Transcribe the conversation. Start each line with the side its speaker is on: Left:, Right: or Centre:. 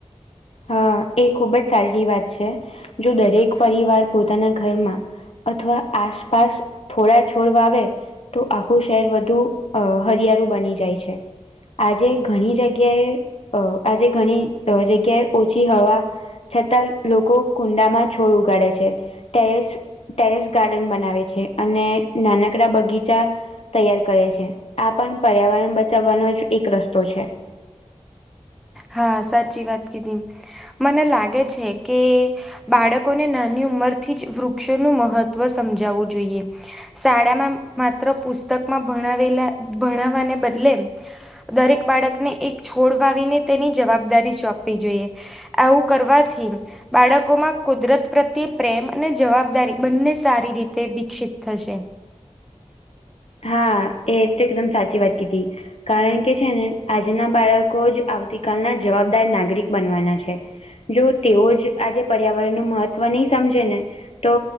Left: હા એ ખુબ જ સારી વાત છે. જો દરેક પરિવાર પોતાના ઘરમાં. અથવા આસપાસ થોડા છોડ વાવે. તો આખું શહેર વધુ અ હરિયાળું બની જાય છે. આજે ઘણી જગ્યાએ. આજે ઘણી જગ્યાએ. ઓછી હવા છતાં લોકો કુંડામાં છોડ ઉગાડે છે. ત્યારે. ટેરેસ ગાર્ડન બનાવે છે. અને નાનકડા બગીચા. તૈયાર કરે છે. આ પણ પર્યાવરણ બચાવવાનો જ એક રસ્તો છે.
Centre: હા સાચી વાત કીધી મને લાગે છે કે, બાળકોને નાની ઉંમરથી જ વૃક્ષોનું મહત્વ સમજાવવું જોઈએ. શાળામાં માત્ર પુસ્તકમાં ભણાવેલા ભણાવવાને બદલે, દરેક બાળકને એક છોડ વાવીને તેની જવાબદારી સોંપવી જોઈએ. આવું કરવાથી. બાળકોમાં કુદરત પ્રત્યે પ્રેમ અને જવાબદારી બંને સારી રીતે વિકસિત થશે.
Left: હા એ તો એકદમ સાચી વાત કીધી. કારણ કે છે ને, આજના બાળકો જ આવતી કલના જવાબદાર નાગરિક બનવાના છે. જો તેઓ જ આજે પર્યાવરણનું મહત્ત્વ નહીં સમજે ને તો